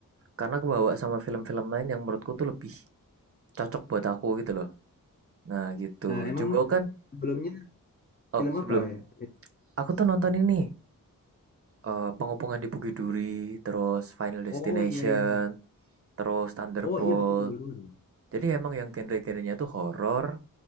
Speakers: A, on the right; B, on the left.
A: Karena kebawa sama film-film lain yang menurutku tuh lebih cocok buat aku gitu loh. Nah gitu,
B: Nah, emang
A: Jumbo kan.
B: sebelumnya film
A: Oh sebelum
B: apa ya? Eh,
A: aku tuh nonton ini. eh, pengepungan di Bukit Duri, terus Final Destination,
B: Oh iya iya.
A: terus Thunderbolt.
B: Oh iya betul baru dengar.
A: Jadi emang yang genre-genrenya tuh horror